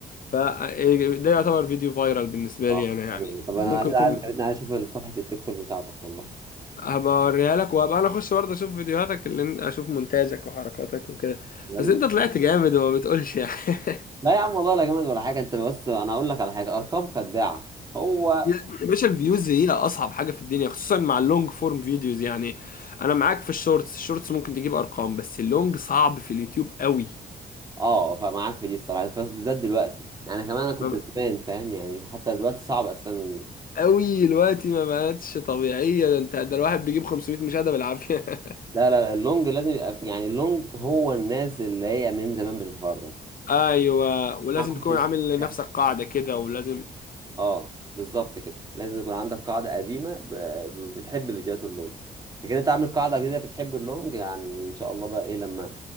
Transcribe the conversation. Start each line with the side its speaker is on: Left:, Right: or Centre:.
Left: فده يعتبر فيديو فايرال بالنسبة
Right: اه
Left: لي انا يعني
Right: حلو. طب انا
Left: ممكن
Right: كده
Left: يكون
Right: عايز خليتني عايز اشوف صفحة التيك توك بتاعتك والله
Left: هبقى اوريها لك وهبقى انا اخش برضه اشوف فيديوهاتك اللي انت اشوف مونتاجك وحركاتك وكده
Right: يلا
Left: بس انت طلعت جامد وما بتقولش يعني <laughs>
Right: لا يا عم والله لا جامد ولا حاجة انت بس انا اقول لك على حاجة ارقام خداعة هو
Left: يا باشا الفيوز هي اصعب حاجه في الدنيا خصوصا مع اللونج فورم فيديوز يعني انا معاك في الشورتس الشورتس ممكن تجيب ارقام بس اللونج صعب في اليوتيوب قوي
Right: اه فمعاك في دي الصراحة ف- بالذات دلوقتي يعني كمان انا
Left: تمام؟
Right: كنت زمان فاهم يعني حتى دلوقتي صعب اصلا
Left: قوي دلوقتي ما بقتش طبيعيه ده انت ده الواحد بيجيب 500 مشاهده بالعافيه <laughs>
Right: لا لا لا، اللونج لازم يبقى يعني اللونج هو الناس اللي هي من زمان بتتفرج
Left: ايوه ولازم
Right: ما عملتش
Left: تكون عامل لنفسك
Right: يعني
Left: قاعده كده ولازم
Right: اه بالظبط كده لازم يكون عندك قاعدة قديمة ب- ب- بتحب فيديوهات اللون لكن انت عامل قاعدة جديدة بتحب اللونج يعني ان شاء الله بقى ايه لما